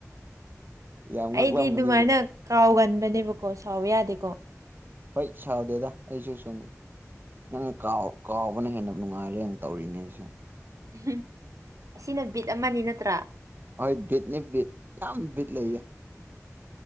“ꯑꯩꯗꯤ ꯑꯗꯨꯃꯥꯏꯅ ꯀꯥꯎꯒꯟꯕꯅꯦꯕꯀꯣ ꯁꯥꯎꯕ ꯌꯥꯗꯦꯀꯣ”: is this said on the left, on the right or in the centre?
Right